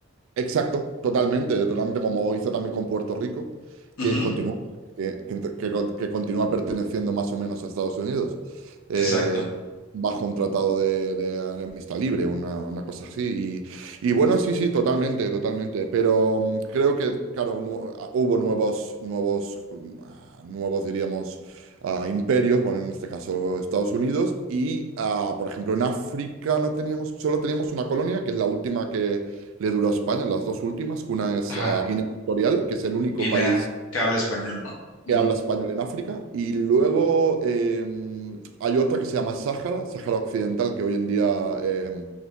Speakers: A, on the right; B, on the left.
A: Exacto, totalmente, totalmente como hizo también con Puerto Rico, que
B: Ujú,
A: continúa, que, que- que con- que continúa perteneciendo más o menos a Estados Unidos, eh,
B: exacto.
A: bajo un tratado de, de- de amistad libre, una, una cosa así. Y, y bueno, sí, sí, totalmente, totalmente. Pero mm, creo que, claro, nu- ah, hubo nuevos, nuevos, mm, ah, nuevos, diríamos, ah, imperios, bueno, en este caso Estados Unidos, y, ah, por ejemplo, en África no teníamos, solo teníamos una colonia, que es la última le duró a España, las dos últimas, que una es
B: Ajá.
A: a Guinea Ecuatorial, que es el único
B: Guinea,
A: país
B: que habla español, ¿no? Ujú.
A: que habla español en África, y luego eh, hay otra que se llama Sáhara, Sáhara Occidental, que hoy en día eh,